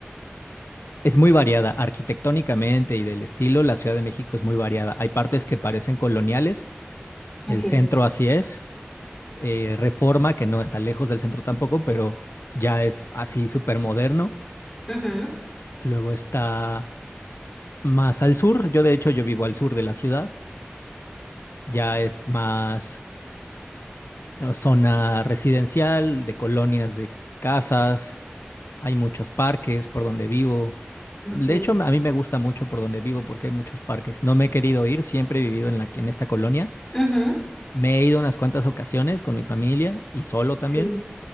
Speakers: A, on the left (about 75°); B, on the left (about 15°).
A: es muy variada arquitectónicamente y del estilo, la Ciudad de México es muy variada. Hay partes que parecen coloniales, el
B: Ok.
A: centro así es eh, Reforma, que no está lejos del centro tampoco, pero ya es así súper moderno.
B: Ujú,
A: Luego está más al sur, yo de hecho yo vivo al sur de la ciudad, ya es más eh, zona residencial, de colonias de casas, hay muchos parques por donde vivo.
B: ok.
A: De hecho, a mí me gusta mucho por donde vivo porque hay muchos parques. No me he querido ir, siempre he vivido en la, en esta colonia.
B: Ujú,
A: Me he ido unas cuantas ocasiones con mi familia y solo también,
B: Sí.